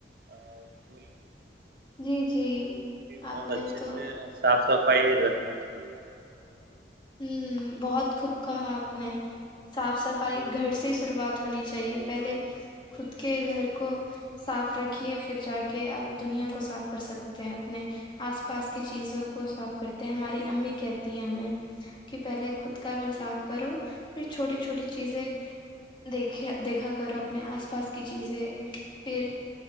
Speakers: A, on the right (about 55°); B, on the left (about 25°).
A: ا بول
B: جی جی
A: بہت
B: آپ نے
A: اچھے
B: تو
A: سے صاف صفائی رکھنا چاہیے
B: ہوں بہت خوب کہا آپ نے صاف صفائی گھر سے شروعات ہونی چاہیے پہلے خود کے گھر کو صاف رکھیے پھر جا کے آپ دنیا کو صاف کر سکتے ہیں اپنے آس پاس کی چیزوں کو صاف کرتے ہیں ہماری امی کہتی ہیں ہمیں کہ پہلے خود کا
A: جی
B: گھر صاف
A: بالکل
B: کرو پھر چھوٹی چھوٹی چیزیں دیکھ دیکھا کرو اپنے آس پاس کی چیزیں پھر